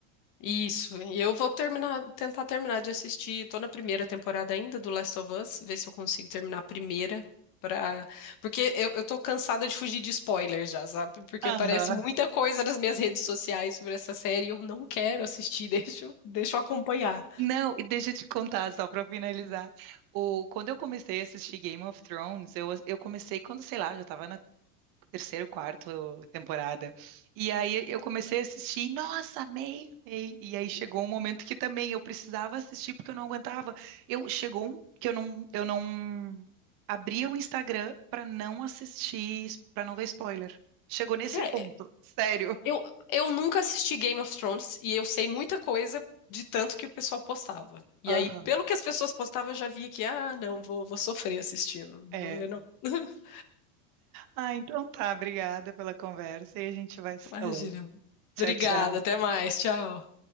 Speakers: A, on the left; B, on the right.
A: Isso, e eu vou terminar, tentar terminar de assistir. Tô na primeira temporada ainda do Last of Us, ver se eu consigo terminar a primeira para, porque eu, eu tô cansada de fugir de spoilers já, sabe? Porque
B: Aham.
A: aparece muita coisa nas minhas redes sociais sobre essa série e eu não quero assistir, <laughs> deixa, eu- deixa eu acompanhar.
B: Não, e deixa eu te contar só para finalizar. O, quando eu comecei a assistir Game of Thrones, eu, eu comecei quando, sei lá, eu já estava terceiro, quarto temporada. E aí eu comecei a assistir, e, nossa, amei, amei. E aí chegou um momento que também eu precisava assistir porque eu não aguentava. Eu chegou um que eu não eu não abria o Instagram para não assistir, para não ver spoiler. Chegou nesse
A: É,
B: ponto, sério.
A: eu, eu nunca assisti Game of Thrones e eu sei muita coisa de tanto que o pessoal postava. E
B: Aham,
A: aí, pelo que as pessoas postavam, eu já via que, ah, não, vou, vou sofrer assistindo, não
B: é.
A: vou ver não. <laughs>
B: Ah, então tá, obrigada pela conversa e a gente vai se
A: Imagina.
B: falando. Tchau,
A: Obrigada,
B: tchau.
A: até mais. Tchau.